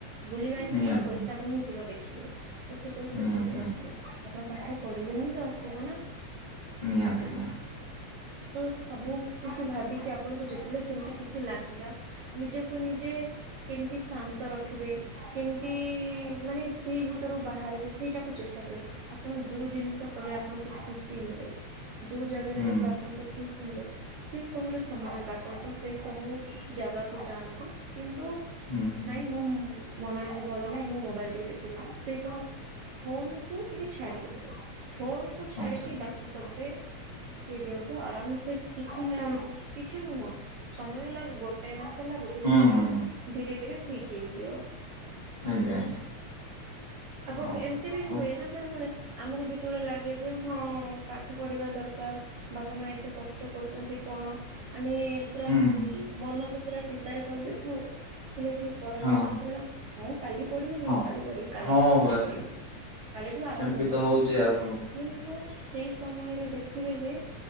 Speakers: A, on the right; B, on the left.
A: ବୁଲିବାଙ୍କୀ
B: ନିହାତି
A: ସେଇ ପଇସା କୁ ହିଁ ଯିବ ଦେଖିବେ ତ ସେଇ ପଇସା
B: ନିହାତି
A: କୋଉଠୁ
B: ନିହାତି
A: ଆସିବ ଆପଣ ପାଠ ପଢିଲେ ହିଁ ତ ଆସିବ ନା।
B: ନିହାତି ନିହାତି।
A: ତ ସବୁ କିଛି ଭାବିକି ଆପଣଙ୍କୁ ଯେତେବେଳେ ସେମତି କିଛି ଲାଗିଲା ନିଜକୁ ନିଜେ କେମ୍ତି ଶାନ୍ତ ରଖିବେ କେମ୍ତି ମାନେ ସେଇ ଭିତରୁ ବାହାରିବେ ସେଇଟାକୁ ଚେଷ୍ଟା କରେ ଆପଣ ଯୋଉ ଜିନଷ କଲେ ଆପଣଙ୍କୁ ଖୁସି ମିଳେ ଯୋଉ ଜାଗାରେ
B: ହୁଁ
A: ରହିଲେ ଆପଣଙ୍କୁ ଖୁସି ମିଳେ ସେଇ ସବୁର ସମୟ କାଟନ୍ତୁ ସେଇ ସବୁ ଜାଗାକୁ ଯାଆନ୍ତୁ। କିନ୍ତୁ
B: ହୁଁ ହୁଁ
A: ନାଇଁ ମୋ ମନ ଆଜି ଭଲ ନାହିଁ ମୁଁ ମୋବାଇଲ ଟିକେ ଦେଖିଦେବି ସେଇ ସବୁ ଫୋନ୍ କୁ ଟିକେ ଛାଡି ଦିଅନ୍ତୁ ଫୋନ କୁ ଛାଡିକି
B: ଆଚ୍ଛା
A: ବା କି ସବୁରେ ହେଇ ଦିଅନ୍ତୁ ଆରାମ ସେ କିଛି ନା କିଛି ନୁହଁ ସମୟ ଲାଗୁ ଗୋଟେ ମାସ ହେଲା ଗୋଟେ
B: ହୁଁ
A: ମାସ
B: ହୁଁ
A: ଲାଗୁ
B: ହୁଁ
A: ଧୀରେ ଧୀରେ ଠିକ ହେଇଯିବ।
B: ଆଜ୍ଞା ଆଜ୍ଞା।
A: ଆପଣଙ୍କୁ
B: ହଁ ହଁ
A: ଏମତି ବି
B: ହଉ,
A: ହୁଏ ନା ବେଳେ ବେଳେ ଆମକୁ ଯେତେବେଳେ ଲାଗେ ଯେ ହଁ ପାଠ ପଢିବା ଦରକାର ବାପା ମା ଏତେ କଷ୍ଟ କରୁଛନ୍ତି କଣ ଆମେ ପୁରା
B: ହୁଁ
A: ମନକୁ ପୁରା ପ୍ରିପେୟାର କରିଦେଇଥାଉ ହେଲେ ଠିକ୍ ପଢ଼ା
B: ହଁ
A: ଟାଇମ୍ ଆସିଲାନା ହଁ କାଲି ପଢିବିନି
B: ହଁ
A: କାଲି ପଢିବି କାଲିଠୁ
B: ହଁ
A: ଷ୍ଟାର୍ଟ
B: ପରା
A: କରିବି। କାଲିଠୁ
B: ସେମିତି
A: ଆରମ୍ଭ କରିବି
B: ତ ହଉଛି ଆଉ କଣ
A: କିନ୍ତୁ ସେଇ ସମୟରେ ଦେଖିବେ ଯେ ଏ